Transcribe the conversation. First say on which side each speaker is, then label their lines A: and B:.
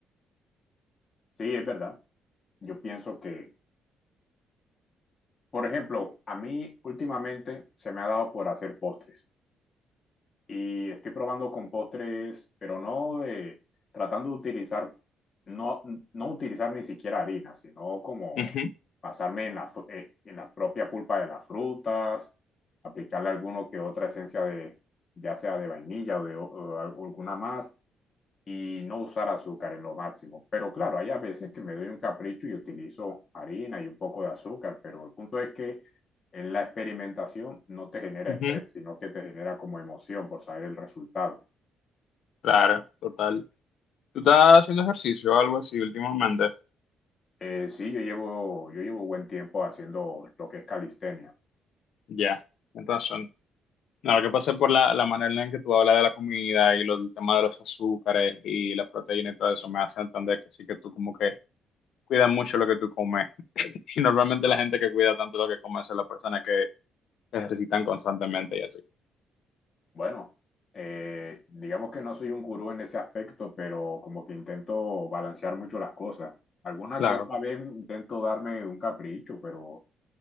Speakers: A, on the left; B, on the left.
A: Sí, es verdad. Yo pienso que, por ejemplo, a mí últimamente se me ha dado por hacer postres y estoy probando con postres, pero no de, tratando de utilizar, no, no utilizar ni siquiera harina, sino como
B: Ujú,
A: basarme en la, fru- eh, en la propia pulpa de las frutas, aplicarle alguno que otra esencia de, ya sea de vainilla o de o- o alguna más y no usar azúcar en lo máximo. Pero claro, hay a veces que me doy un capricho y utilizo harina y un poco de azúcar, pero el punto es que en la experimentación no te genera
B: ujú,
A: estrés, sino que te genera como emoción por saber el resultado.
B: Claro, total. ¿Tú estás haciendo ejercicio o algo así últimamente?
A: Eh, sí, yo llevo, yo llevo buen tiempo haciendo lo que es calistenia.
B: Ya, entonces Ahora que pasé por la, la manera en que tú hablas de la comida y los, el tema de los azúcares y la proteína y todo eso, me hace entender que sí que tú como que cuidas mucho lo que tú comes. <laughs> Y normalmente la gente que cuida tanto lo que come son las personas que se ejercitan constantemente y así.
A: Bueno, eh, digamos que no soy un gurú en ese aspecto, pero como que intento balancear mucho las cosas. Alguna
B: Claro,
A: que otra vez intento darme un capricho, pero